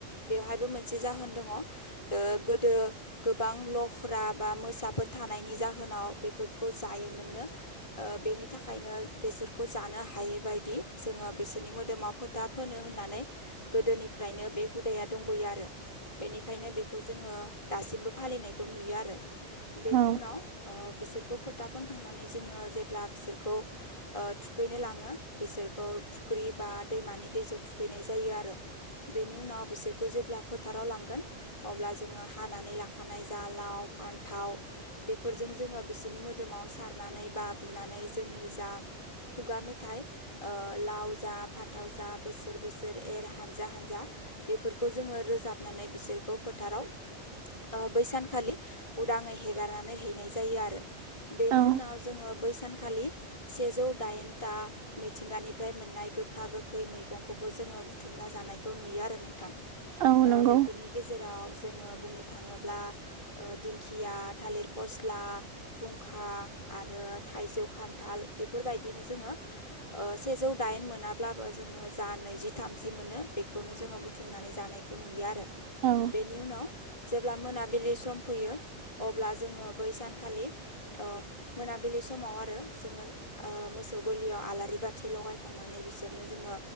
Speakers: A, on the left; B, on the right.
A: बेवहायबो मोनसे जाहोन दङ गोदो गोबां लख्रा बा मोसाफोर थानायनि जाहोनाव बेफोरखौ जायोमोननो ओ बेनि थाखायनो बेसोरखौ जानो हायैबायदि जोङो बिसोरनि मोदोमाव फोथा फोनो होननानै गोदोनिफ्राय, फ्रायनो बे हुदाया दंबोयो आरो बेनिखायनो बेखौ जोङो दासिमबो फालिनायखौ नुयो आरो बेनि
B: औ
A: उनाव ओ बिसोरखौ फोथा फोनखांनानै जोङो जेब्ला बिसोरखौ ओ थुखैनो लाङो बिसोरखौ फुख्रि बा बा दैमानि दैजों थुखैनाय जायो आरो बेनि उनाव बिसोर खौ जेब्ला फोथाराव लांगोन अब्ला जोङो हानानै लाखानाय जा लाव फान थाव बेफोरजों जोङो बिसोरनि मोदोमाव सारनानै बा बुनानै जोंनि जा खुगा मेथाइ ओ लाव जा फान्थाव जा बोसोर बोसोर एर हानजा हानजा बेफोरखौ जोङो रोजाबनानै बिसोरखौ फोथाराव ओ बै सानखालि उदाङै हेगारनानै हैनाय जायो आरो बेनि
B: औ
A: उनाव जोङो बै सानखालि सेजौ दाइनथा मिथिंगानिफ्राय मोननाय गोखा गोखै मैगंखौबो जोङो बुथुमनो ना जानायखौ नुयो आरो नोंथां,
B: औ
A: ओ
B: नंगौ
A: बेफोरनि गेजेराव जोङो बुंनो थाङोब्ला ओ‌ दिन दिंखिया थालिर फस्ला फुंखा आरो थाइजौ खान्थाल बेफोरबाय बिदिनो जोङो ओ सेजौ दाइन मोनाब्लाबो जोङो जा नैजि थामजि मोनो बेखौनो जोङो बुथुमनानै जानायखौ नुयो आरो
B: औ
A: बेनि उनाव जेब्ला मोनाबिलि सम फैयो। अब्ला जोङो बै सानखालि ओ मोनाबिलि समाव आरो जोङो ओ मोसौ गलियाव आलारि बाथि लगायखांनानै, बिसोरनो जोङो